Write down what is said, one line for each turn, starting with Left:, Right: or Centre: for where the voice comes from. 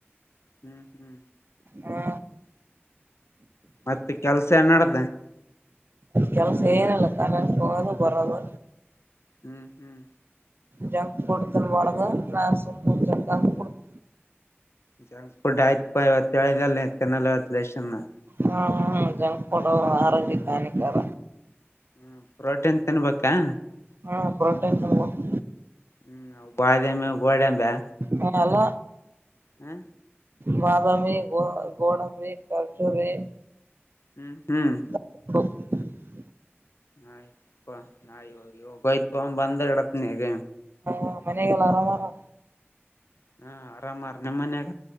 Left: ಹ್ಞೂ ಹ್ಞೂ
Right: ಹಾ
Left: ಮತ್ತೆ ಕೆಲ್ಸ ಏನ್ ನಡ್ದ.
Right: ಕೆಲ್ಸ ಏನಿಲ್ಲ <unintelligible> ಬರೆದು.
Left: ಹ್ಮ್ ಹ್ಮ್
Right: ಜಂಕ್ ಫುಡ್ ತಿನಬಾಡ್ದು ನಾನ್ ಸುಮ್ ಕುಂತಿನ <unintelligible>
Left: ಜಂಕ್ಫೂಡ್ ಆಯ್ತ್ ಪ ಇವತ್ತ್ ಹೇಳಿದೆಲ ನೀ ತಿನಲ್ಲ ಇವತ್ತಲೇಶಿಂದ ನಾ.
Right: ಹ್ಮಾ ಜಂಕ್ ಫುಡ್ ಆರೋಗ್ಯಕ ಹಾನಿಕಾರ.
Left: ಹ್ಮ್ ಪ್ರೋಟೀನ್ ತಿನ್ಬಕಾ.
Right: ಹಾ ಪ್ರೋಟೀನ್ ತಿನಬಕು.
Left: ಹ್ಮ್ ಅವು ಬಾದಾಮಿ ಗೋಡೆಂಬ್ಯಾ.
Right: ಹ ಅಲ್ಲ.
Left: ಹ್ಮ
Right: ಬಾದಾಮಿ ಗೋ ಗೋಡಂಬಿ ಕರ್ಚೋರಿ.
Left: ಹ್ಮ್ ಹ್ಮ್
Right: ಹ
Left: ನಾಯ್ ಪ ನಾ ಇವಗೋಯ್ತು ಪೈಪ್ ತೋಂಬಂದ ಇಡತ್ನೀಗ.
Right: ಹ ಮನೆಗೆಲ್ಲ ಆರಾಮ್ ಆರಲ.
Left: ಹಾ ಆರಾಮಾರ ನಿಮ್ಮನ್ಯಾಗ